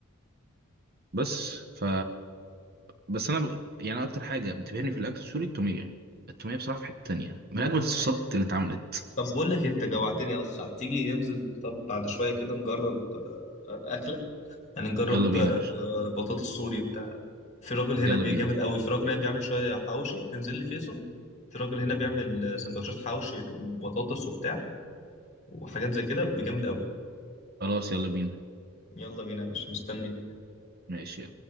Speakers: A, on the right; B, on the left.
A: بس ف بس انا ب... يعني اكتر حاجه بتبهرني في الاكل السوري التوميه التوميه بصراحه في حته تانية من اجمل الصوصات
B: أيوة.
A: اللي اتعملت
B: طب بقول لك إيه، انت جوعتني يا اسطى هتيجي ننزل طب بعد شوية كده نجرب آه، آه، أكلة يعني نجرب
A: يلا بينا
B: آه،
A: يا باشا
B: آه، بطاطس سوري بتاع في راجل هنا
A: يلا
B: بيجامد
A: بينا
B: قوي في راجل هنا بيعمل شوية حواوشي تنزل لي فيصل في راجل هنا بيعمل آه، سندوتشات حواوشي وبطاطس وبتاع وحاجات زي كده بيجامد قوي
A: خلاص يلا بينا
B: يلا بينا يا باشا مستنيك
A: ماشي